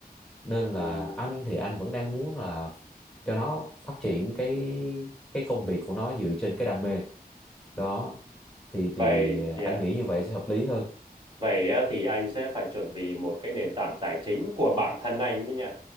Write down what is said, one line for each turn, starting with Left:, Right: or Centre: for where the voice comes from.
Centre: nên
Right: ừ.
Centre: là anh thì anh vẫn đang muốn là cho nó phát triển cái cái công việc của nó dựa trên cái đam mê đó thì
Right: vậy
Centre: thì
Right: yeah
Centre: anh nghĩ như vậy sẽ hợp lý hơn
Right: Vậy á, thì anh sẽ phải chuẩn bị một cái nền tảng tài chính của bản thân anh nhé nha.